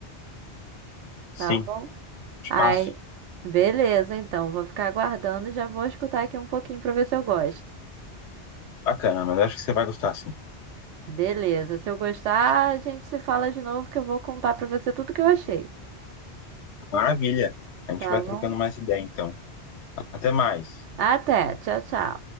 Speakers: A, on the left; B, on the right.
A: Sim,
B: tá bom?
A: te
B: Aí,
A: passo.
B: beleza, então, vou ficar aguardando e já vou escutar aqui um pouquinho para ver se eu gosto.
A: Bacana, mas acho que você vai gostar sim.
B: Beleza, se eu gostar, a gente se fala de novo que eu vou contar para você tudo que eu achei,
A: Maravilha. A gente
B: tá
A: vai
B: bom?
A: trocando mais ideia, então. Até mais.
B: Até, tchau, tchau.